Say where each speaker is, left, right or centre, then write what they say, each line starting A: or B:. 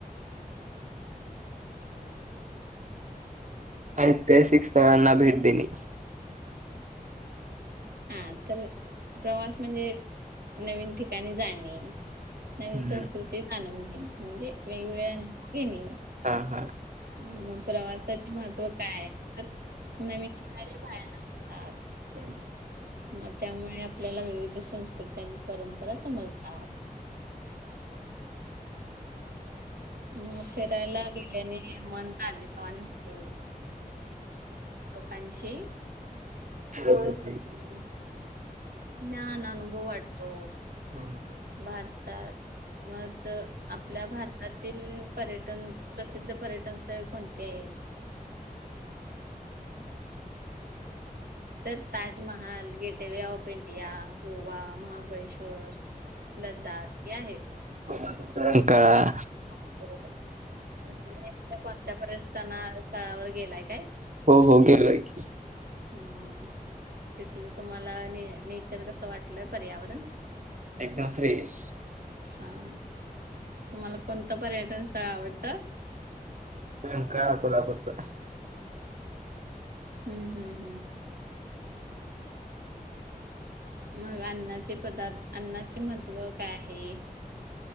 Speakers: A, on the right; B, on the right.
A: <inaudible>
B: ऐतिहासिक स्थळांना भेट देणे.
A: हां, तर प्रवास म्हणजे नवीन ठिकाणी जाणे. नवीन
B: हम्म
A: संस्कृती जाणून घेणे, म्हणजे वेगवेगळ्या अनुभव घेणे
B: हां हां.
A: मग प्रवासाचे महत्त्व काय, तर नवीन ठिकाणे पाहायला मिळतात.
B: हम्म.
A: मग त्यामुळे आपल्याला विविध संस्कृती आणि परंपरा समजतात. मगं फिरायला गेल्याने मन ताजीवानी होते. लोकांशी
B: <unintelligible>
A: ओळख होते. ज्ञान, अनुभव वाढतो.
B: <inaudible>
A: भारतात मग तर आपल्या भारतातील पर्यटन प्रसिद्ध पर्यटन स्थळे कोणती आहेत? तेच Taj Mahal, gateway of India, Goa, Mahabaleshwar Ladakh हे आहेत.
B: कोल्हापूरचा रंकाळा
A: हो बरोबर, मग तुम्ही कोणत्या स्तना -स्थळावर गेलाय काय?
B: हो हो, गेलोय कि
A: हम्म, तिथलं तुम्हाला ने नेचर कसं वाटलं, पर्यावरण?
B: एकदम फ्रेश.
A: हां, तुम्हाला कोणतं पर्यटन स्थळ आवडतं?
B: रंकाळा कोल्हापूरच.
A: हम्म, हम्म, हम्म. मग अन्नाचे पदार्थ, अन्नाचे महत्त्व काय आहे?